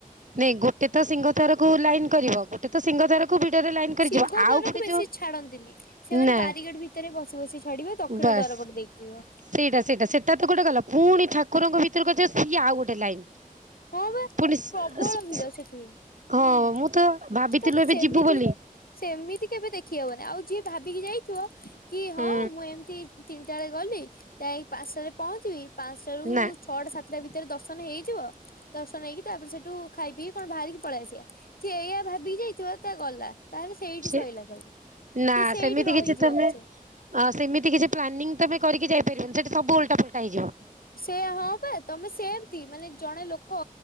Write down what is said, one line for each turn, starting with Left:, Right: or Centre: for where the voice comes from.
Right: ନାଇଁ ଗୋଟେ ତ ସିଂହ ଦ୍ୱାର କୁ ଲାଇନ କରିବ ଗୋଟେ ତ ସିଂହ ଦ୍ୱାରକୁ ଭିଡରେ ଲାଇନ କରିଯିବ
Left: ସିଂହ
Right: ଆଉ
Left: ଦ୍ୱାରକୁ
Right: ଗୋଟେ
Left: ବେଶୀ
Right: ଯୋଉ
Left: ଛାଡନ୍ତିନି ସେମାନେ
Right: ନା
Left: ବାରିଗେଡ ଭିତରେ ବସି ବସି ଛାଡିବ ଦକ୍ଷିଣ
Right: ବାସ୍
Left: ଦ୍ୱାର ପଟେ ଦେଇକି ଯିବ।
Right: ସେଇଟା ସେଇଟା ସେଇଟା ତ ଗୋଟେ ଗଲା ପୁଣି ଠାକୁରଙ୍କ ଭିତରେ କୁ ସିଏ ଆଉ ଗୋଟେ ଲାଇନ୍
Left: ହଁ ବା
Right: ପୁଣି ସ-
Left: ପ୍ରବଳ
Right: ସ-
Left: ଭିଡ
Right: ସ-
Left: ସେଠି
Right: ହଁ
Left: ହୁଁ
Right: ମୁଁ ତ ଭାବିଥିଲୁ
Left: ତମେ
Right: ଏବେ
Left: ସେମିତି
Right: ଯିବୁ ବୋଲି
Left: ସେମିତି କେବେ ଦେଖି ହବନି ଆଉ ଯିଏ ଭାବିକି ଯାଇଥିବ କି ହଁ
Right: ହୁଁ
Left: ମୁଁ ଏମିତି ସେଟା ବଳେ ଗଲି ଯାଇ ପାଞ୍ଚଟାରେ ପହଞ୍ଚିବି ପାଞ୍ଚଟାରେ
Right: ନା
Left: ଛଅଟା ସାତଟା ଭିତରେ ଦର୍ଶନ ହେଇଥଯିବ। ଦର୍ଶନ ନେଇକି ତାପରେ ସେଇଠୁ ଖାଇ ପିଇକି କଣ ବାହାରିକି ପଳେଇଆସିବା ଯିଏ ଏୟଆ ଭାବି ଯାଇଥିବ ତା ଗଲା। ତାହେଲେ ସେଇଠି
Right: ସେ
Left: ଶଇଲା ସବୁ
Right: ନା
Left: ସି ସେଇଠି
Right: ସେମିତି
Left: ରହିଯିବ
Right: କିଛି ତମେ
Left: ପଛେ।
Right: ଅ ସେମିତି କିଛି ପ୍ଲାନ୍ନିଂ ତମେ କରିକି ଯାଇପାରିବନି ସେଠି ସବୁ ଉଲଟା ଫଲଟା ହେଇଯିବ‌।
Left: ସେ ହଁ ବା ତମେ ସେମତି ମାନେ ଜଣେ ଲୋକ